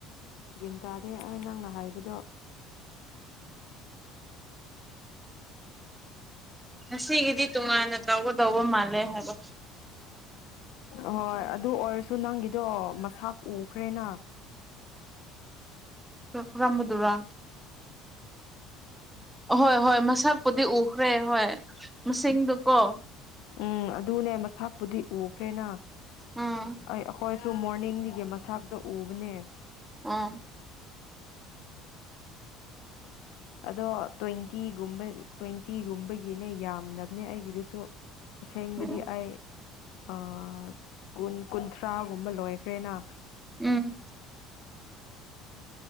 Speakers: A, on the left; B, in the centre.
A: ꯒꯤꯟ ꯇꯥꯗꯦ ꯑꯩ ꯅꯪꯅ ꯍꯥꯏꯕꯗꯣ
B: ꯉꯁꯤꯒꯤꯗꯤ ꯇꯣꯉꯥꯟꯅ ꯇꯧꯒꯗꯧꯕ ꯃꯥꯜꯂꯦ ꯍꯥꯏꯕ
A: ꯑꯣꯏ ꯑꯗꯨ ꯑꯣꯏꯔꯁꯨ ꯅꯪꯒꯤꯗꯣ ꯃꯁꯥꯛ ꯎꯈ꯭ꯔꯦꯅ
B: ꯔꯣꯠꯔꯝꯕꯗꯨꯔꯥ ꯑꯣ ꯍꯣꯏ ꯍꯣꯏ ꯃꯁꯛꯄꯨꯗꯤ ꯎꯈ꯭ꯔꯦ ꯍꯣꯏ ꯃꯁꯤꯡꯗꯨꯀꯣ
A: ꯎꯝ ꯑꯗꯨꯅꯦ ꯃꯁꯛꯄꯨꯗꯤ ꯎꯈ꯭ꯔꯦꯅ
B: ꯎꯝ
A: ꯑꯩ ꯑꯩꯈꯣꯏꯁꯨ ꯃꯣꯔꯅꯤꯡꯒꯤ ꯃꯁꯇꯣ ꯎꯕꯅꯦ
B: ꯑꯥ
A: ꯑꯗꯣ ꯇ꯭ꯋꯦꯟꯇꯤꯒꯨꯝꯕ ꯇ꯭ꯋꯦꯟꯇꯤꯒꯨꯝꯕꯒꯤꯅꯦ ꯌꯥꯝꯅꯕꯅꯦ ꯑꯩꯒꯤꯗꯨꯁꯨ ꯑꯁꯦꯡꯕꯗꯤ
B: ꯎꯝ
A: ꯑꯩ ꯑꯥ ꯀꯨꯟ ꯀꯨꯟꯊ꯭ꯔꯥꯒꯨꯝꯕ ꯂꯣꯏꯈ꯭ꯔꯦꯅ
B: ꯎꯝ